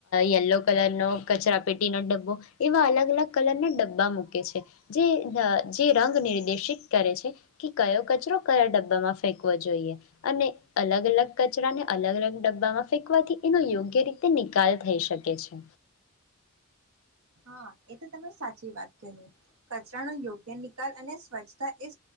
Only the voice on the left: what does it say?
યલો કલરનો કચરા પેટીનો ડબ્બો એવા અલગ અલગ કલરના ડબ્બા મૂકે છે જે અહ જે રંગ નિર્દેશિત કરે છે કે કયો કચરો કયા ડબ્બામાં ફેંકવો જોઈએ. અને અલગ અલગ કચરાને અલગ અલગ ડબ્બામાં ફેંકવાથી એનો યોગ્ય રીતે નિકાલ થઈ શકે છે.